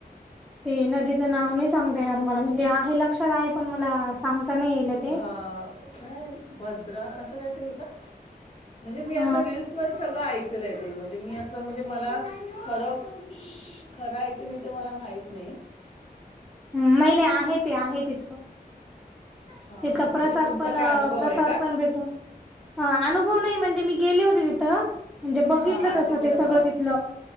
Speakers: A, in the centre; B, on the left.
A: ते नदीच नाव नाही सांगता येणार मला म्हणजे आहे लक्षात आहे. पण मला सांगताना येल ते.
B: ह काय भद्रा असं काहीतरी का म्हणजे मी असं
A: अ
B: रीलस मध्ये सगळं ऐक येते म्हणजे मी असं म्हणजे मला खरं खरं आहे की नाही ते मला माहत नाही
A: ह महिने आहे ते आहे तिथं
B: हा
A: तिथका
B: हा म्हणजे
A: प्रसाद
B: तुमचा
A: पण
B: काय अनुभव
A: प्रसाद
B: आहे का
A: पण भेटो हा अनुभव नाही म्हणजे मी गेले होते तिथं म्हणजे बघितलं
B: हा आरतीच्या
A: तसं ते
B: टायमाला
A: सगळं तिथलं.